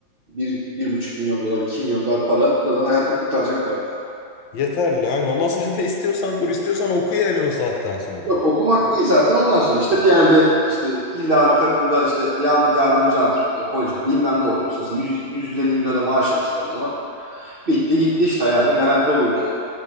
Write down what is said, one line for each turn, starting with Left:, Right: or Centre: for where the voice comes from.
Right: bir bir buçuk milyon dolar, 2 milyon dolar para. O da zaten hayatını kurtaracak para yani.
Left: Yeterli. Aynen. Ondan sonra <laughs> ne istiyorsan kur, istiyorsan oku yani o saatten sonra.
Right: Yok okumak değil zaten ondan sonra işte bir yerde işte illa bir takımda işte yan yardımcı antrenör, hoca bilmem ne oluyorsun. İşte 100, 150 bin lira da maaş alırsın o zaman. Bitti gitti işte hayatın garanti oluyordu yani.